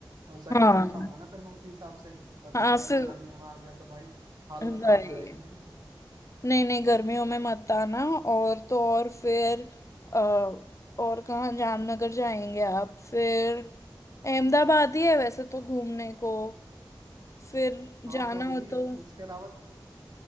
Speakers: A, on the right; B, on the left.
A: और सही
B: हाँ
A: टाइम पाऊंगा ना फिर मैं उसी हिसाब से पता
B: हाँ
A: चला
B: सिर्फ
A: अभी गर्मियों में आ गया तो भाई हालत
B: वही
A: खराब हो जाएगी मेरी तो
B: नहीं नहीं गर्मियों में मत आना और तो और फिर अ, और कहाँ जामनगर जाएंगे आप फिर अहमदाबाद ही है वैसे तो घूमने को फिर
A: हाँ
B: जाना
A: कोई
B: हो
A: नहीं
B: तो
A: उसके अलावा